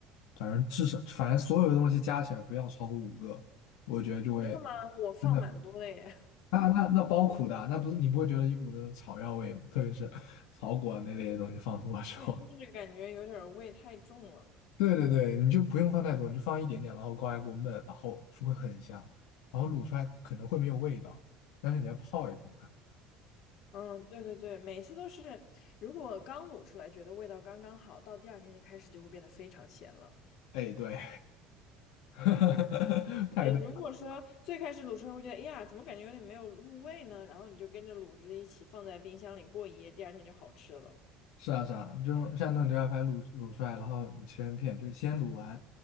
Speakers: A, on the left; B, on the left.
A: 反正至少反正所有的东西加起来不要超过五个，我觉得就会
B: 真的吗？我放蛮多的耶。
A: 真的那那那包苦的啊，那不是你不会觉得一股那种草药味吗？特别是 <laughs> 草果那类的东西放多的时候，
B: <laughs> 对，就是感觉有点儿味太重了。
A: 对对对，你就不用放太多，你就放一点点，然后高压锅焖，然后就会很香，然后卤出来可能会没有味道，但是你要泡一泡它。
B: 嗯，对对对，每次都是，如果刚卤出来觉得味道刚刚好，到第二天就开始就会变得非常咸了。
A: 哎，对，<laughs> 太对，
B: 对，如果说最开始卤出来会觉得，哎呀，怎么感觉有点没有入味呢？然后你就跟着卤汁一起放在冰箱里过一夜，第二天就好吃了。
A: 是啊是啊，就是像那种牛小排卤卤出来，然后你切成片，就是先卤完，